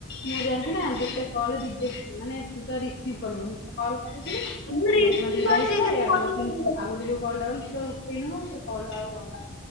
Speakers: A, on the left (about 50°); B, on the left (about 75°).
A: ମୁଁ ଜାଣିଛୁ ନା ଗୋଟେ କଲ ରେଜେକ୍ଟ। ମାନେ ତୁ ରିସିଭ କଲୁନି ନା। କଲ୍ କରିଇଥିଲି।
B: ମୁଁ ରିସିଭ
A: ମୋର ଜମା ଦିଟା
B: କରିଛି
A: ହେଇଥିଲା।
B: କିନ୍ତୁ
A: ଏ
B: କଟି
A: ଗୋ ଆ
B: ଯାଇଛି।
A: ଗୋଟେ ଯୋଉ କଲଟା କଲି ତୁ ତ ଉଠେ ନୁ ସେ କଲ ଟା ଆଉ ଗଲା।